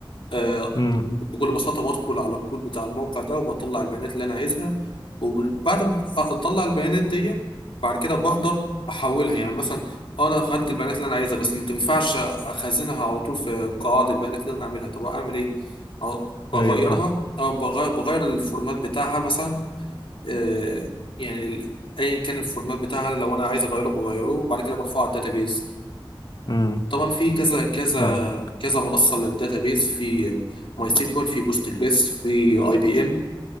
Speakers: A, on the left (about 70°); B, on the left (about 50°).
A: آه،
B: أمم،
A: بكل بساطة بدخل على الكود بتاع الموقع ده وبطلع البيانات اللي أنا عايزها وبعد ما أطلع البيانات دي بعد كده بقدر أحولها يعني مثلا أنا خدت البيانات اللي أنا عايزها بس ما تنفعش أخزنها على طول في قواعد البيانات اللي أنا عاملها طب أعمل إيه؟ أو بغيرها
B: أيوة فاهم
A: أو بغير, بغير الفورمات بتاعها مثلا آه، يعني ال- أيا كان الفورمات بتاعها لو أنا عايز أغيره بغيره وبعد كده برفعه على الداتابيز
B: أمم،
A: طبعا في كذا كذا
B: فاهم
A: كذا منصه للداتابيز في ماي سيكوال في بوست جريس في اي بي ام